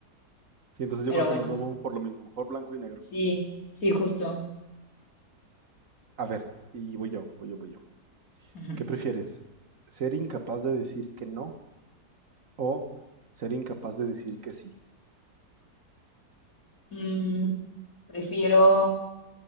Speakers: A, on the right; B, on the left.
A: Sí, entonces yo
B: Pero
A: creo que
B: bueno,
A: los dos vamos por lo mismo. Mejor blanco y negro.
B: sí, sí, justo.
A: A ver, y voy yo, voy yo, voy yo.
B: Ujú.
A: ¿Qué prefieres? ¿Ser incapaz de decir que no o ser incapaz de decir que sí?
B: Mm, prefiero